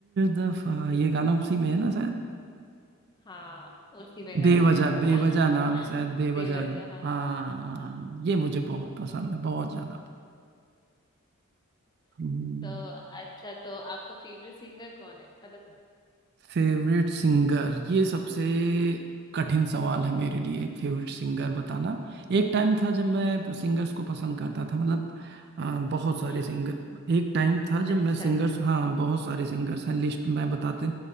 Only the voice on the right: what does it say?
दफा ये गाना उसी में है ना शायद
बेवजह
बेवजह
नाम है शायद बेवजह
हाँ
ये मुझे बहुत पसंद है बहुत ज्यादा हम्म,
फेवरेट सिंगर ये सबसे कठिन सवाल है मेरे लिए एक फेवरेट सिंगर बताना एक टाइम था जब मैं सिंगर्स को पसंद करता था मतलब अ, बहुत सारे
सिंगर एक टाइम था जब
मैं सिंगर्स हाँ बहुत सारे सिंगर्स हैं लिस्ट में बताते